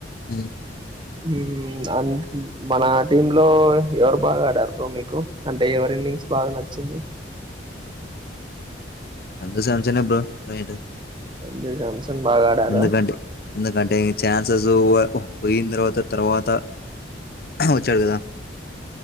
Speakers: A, on the left (about 50°); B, on the right (about 25°).
A: హ్
B: ఉమ్ అన్ మన టీమ్ లో ఎవరు బాగా ఆడారు బ్రో మీకు అంటే ఎవరిన్నింగ్స్ బాగా నచ్చింది
A: సంజు శాంసనే బ్రో మెయిన్
B: సంజు శాంసన్ బాగా ఆడారా
A: ఎందుకంటె ఎందుకంటే ఇంగ ఛాన్సెస్ పోయిన తర్వాత తర్వాత వచ్చాడు కదా